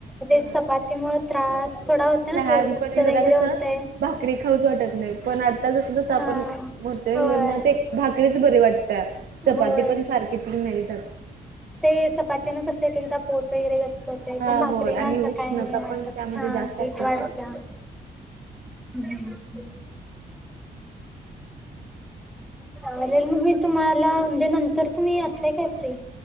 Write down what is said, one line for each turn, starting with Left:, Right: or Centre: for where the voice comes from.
Centre: ते
Right: हा
Centre: चपातीमुळ त्रास थोडा होता ना
Right: लहानपणी
Centre: पोट गच्च वगैरे
Right: जरा कसं
Centre: होतय.
Right: भाकरी खाऊच वाटत नाही पण आता जसं जसं
Centre: हा
Right: आपण मोठे
Centre: होय
Right: होईल ना ते भाकरीच बरी वाटत चपाती
Centre: होय
Right: पण सारखी तरी नाही जात.
Centre: ते चपात्यानं कसं एक एकदा पोट वगैरे होते
Right: हा
Centre: पण भाकरी
Right: होय आणि
Centre: ना असं
Right: उष्णता
Centre: काही नाही
Right: पण त्यामध्ये
Centre: हा
Right: जास्त
Centre: हीट
Right: असते
Centre: वाढत्या.
Right: ना.
Centre: हम्. चालेल मग मी तुम्हाला म्हणजे नंतर तुम्ही असताय काय फ्री?